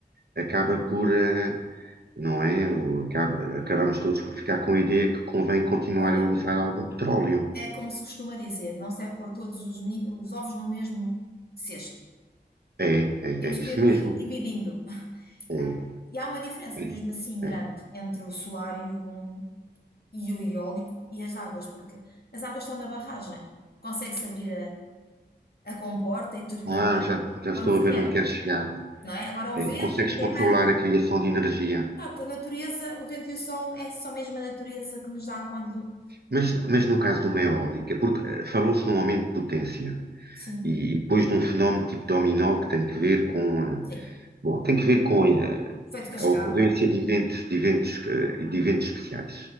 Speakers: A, on the right (about 65°); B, on the left (about 65°).
A: acaba por, eh, não é? O- acaba- acabamos todos por ficar com a ideia que convém continuar
B: olha,
A: a usar algum petróleo.
B: é como se costuma dizer, não serve pôr todos os, ni- os ovos no mesmo cesto.
A: É, é,
B: Temos
A: é isso
B: que ir
A: mesmo.
B: de- dividindo.
A: É,
B: Ah, <laughs> E há uma diferença
A: é,
B: mesmo assim grande
A: é.
B: entre o solar e o, e o eólico e as águas, porque as águas estão na barragem. Consegue-se abrir a, a comporta e turbina
A: Ah, já, já
B: quando
A: estou
B: se
A: a ver
B: quer,
A: onde queres chegar.
B: não é? Agora o
A: É,
B: vento,
A: consegues
B: ninguém
A: controlar
B: manda.
A: a criação de energia.
B: Pronto, a natureza, o vento e o sol é só mesmo a natureza que nos dá quando.
A: Mas, mas no caso de uma eólica, porque eh, falou-se num aumento de potência.
B: Sim,
A: e depois de um fenómeno tipo dominó que tem que ver com, eh,
B: sim.
A: bom, tem que ver com eh,
B: Feito cascada.
A: a ocorrência de eventos, de eventos, eh, de eventos especiais,